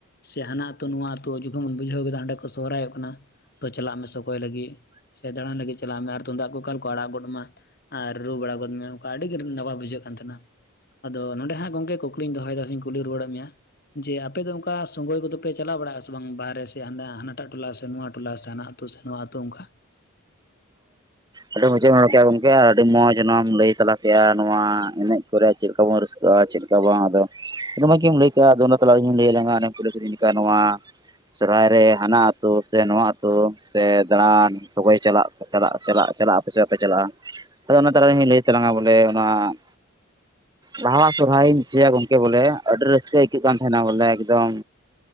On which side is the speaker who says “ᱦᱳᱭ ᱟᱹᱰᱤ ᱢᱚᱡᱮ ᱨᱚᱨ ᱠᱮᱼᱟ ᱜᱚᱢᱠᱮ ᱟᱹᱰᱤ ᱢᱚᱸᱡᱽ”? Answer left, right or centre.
Right